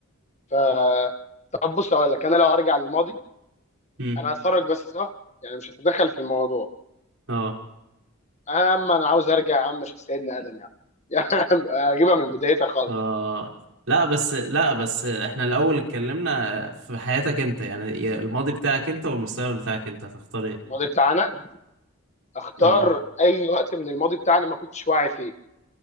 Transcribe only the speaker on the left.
ف طب بص هقول لك انا لو هرجع للماضي
انا هتفرج بس صح يعني مش هتدخل في الموضوع
يا عم انا عاوز ارجع يا عم اشوف سيدنا ادم يا عم <laughs> يا عم اجيبها من بدايتها خالص
الماضي بتاعنا اختار
اي وقت من الماضي بتاعنا ما كنتش واعي فيه